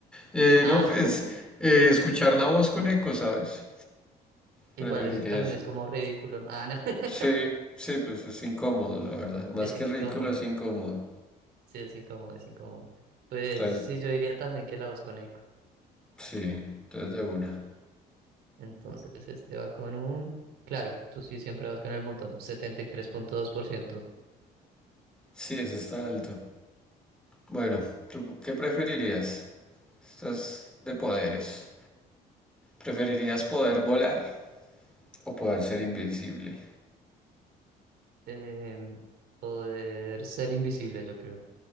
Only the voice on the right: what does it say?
Ah,
<laughs>
igual eso también
es como ridículo. ¿no? Ah, no, <laughs>
es
incómodo.
Sí, es incómodo, es incómodo. Pues
sí, yo diría también que la voz con eco.
Entonces este va con un... Claro, tú sí siempre vas con el montón. 73.2%.
Em, poder ser invisible, yo creo.